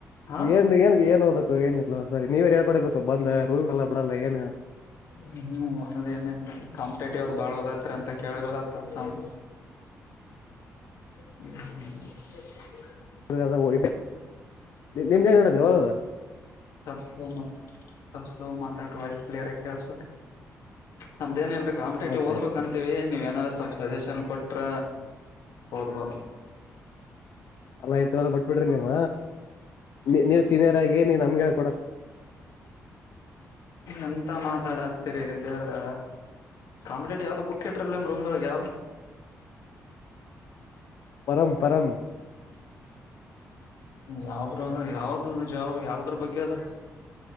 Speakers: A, on the left; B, on the left.
A: ಹ
B: ಏನ್ ಏನ್ ಏನ್ ಓದಬೇಕು ಏನಿಲ್ಲ ಸರಿ ನೀವೆರಾ ಹೇಳ್ಕೊಡ್ಬೇಕು ಸ್ವಲ್ಪ ಬಂದ ರೂಮ್ ಎಲ್ಲ ಬಿಡಲ್ಲ ಏನು
A: ಹ್ಮ್ ಹ್ಮ್ ಓದೋದೇನಿರ್ತೈತ್ ಕಾಂಪಿಟೇಟಿವ್ ಅದ ಬಾಳ್ ಹದತ್ರ ಅಂತ ಕೇಳಿ ಬರ ತ ಸೌಂಡ್ ಹ್ಮ್ ಹ್ಮ್ <inaudible>
B: <unintelligible> ನಿಮ್ದೇನ್ ನಡ್ದದ ಓದದ?
A: ಸಲ್ಪ್ ಸ್ಲೋ ಮಾತ್ ಸಲ್ಪ್ ಸ್ಲೋ ಮಾತಾಡ್ರಿ ವಾಯ್ಸ್ ಕ್ಲಿಯರ್ ಆಗ್ ಕೇಳಸ್ಬಕ ನಮ್ದೇನಿಲ್ ಕಾಂಪಿಟೇಟಿವ್
B: ಆಯ್ತಾಯ್ತು
A: ಓದ್ಬೇಕಂತೀವಿ
B: ಸರ್
A: ನೀವೇನಾರ ಸ್ವಲ್ಪ ಸಜೆಷನ್ ಕೊಟ್ರ ಓದ್ಬೋದು.
B: ಅಲ್ಲ ಇದೆಲ್ಲಾ ಬಟ್ಬಿಡ್ರಿ ನೀವ ನೀ ನೀವ್ ಸೀನಿಯರ್ ಆಗಿ ನೀ ನಮ್ಗ್ ಹೇಳ್ ಕೊಡ
A: ಎಂತ ಮಾತಾಡ ತಿರಿ ದೇವ್ರ ಕಾಂಪಟೇಟಿವ್ ಯಾವ್ದ ಬುಕ್ ಇಟ್ರಲ್ಲ ನಿಮ್ ರೂಮ್ದೊಳಗ್ ಯಾವ್ದ?
B: ಪರಂ ಪರಂ
A: ಯಾವ್ದರು ಯಾವ್ದ ಜಾಬ್ ಯಾವದ್ರ ಬಗ್ಗೆ ಅದ